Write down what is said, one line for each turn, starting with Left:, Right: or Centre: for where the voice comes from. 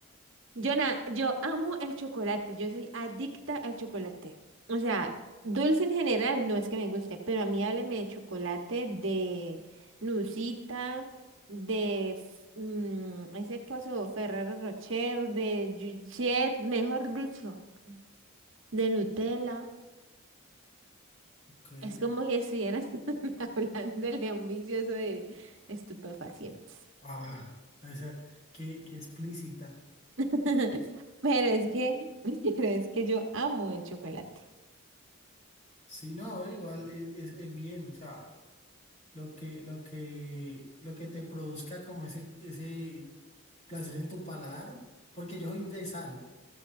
Right: Jonah, yo amo el chocolate, yo soy adicta al chocolate. O sea, dulce en general no es que me guste, pero a mí hábleme de chocolate, de Nusita, de f- mm, ese coso Ferrero Rocher, de Jet, mejor dicho, de Nutella.
Left: Ok.
Right: Es como si estuvieras <laughs> hablándole a un vicioso de estupefacientes.
Left: Ah, esa, qué, qué explícita.
Right: <laughs> Pero es que, <laughs> pero es que yo amo el chocolate,
Left: Sí, no, igual es, es- es bien, o sea, lo que, lo que, lo que te produzca como ese, ese placer en tu paladar, porque yo soy de sal,